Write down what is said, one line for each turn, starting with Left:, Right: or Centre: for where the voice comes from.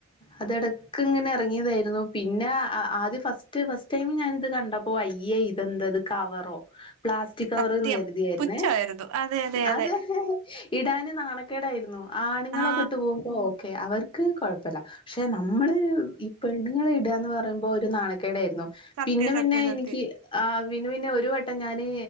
Left: അതടക്ക് ങ്ങനെ ഇറങ്ങിയതായിരുന്നു പിന്നെ ആദ്യ ഫസ്റ്റ് ഫസ്റ്റ് സെയിം ഞാനിത് കണ്ടപ്പോ അയ്യേ ഇതെന്താത് കവറോ പ്ലാസ് സ്റ്റിക് കവറെന്നുകരുതിയായിരുന്നേ
Right: സത്യം പുച്ഛമായിരുന്നു അതെ അതെ അതെ
Left: അത് ഇടാന് നാണക്കേടായിരുന്നു ആണുങ്ങളൊക്കെ
Right: ആ
Left: ഇട്ടു പോകുമ്പോ ഓക്കെ അവ അവർക്ക് കൊഴപ്പില്ല പക്ഷെ നമ്മള് ഈ പെണ്ണുങ്ങൾ ഇടുകാന്നു പറയുമ്പോൾ ഒരു നാണക്കേടായിരുന്നു
Right: സത്യം
Left: പിന്നെ
Right: സത്യം
Left: പിന്നെ
Right: സത്യം
Left: എനിക്ക് ആ പിന്നെ പിന്നെ ഒരുവട്ടം ഞാന്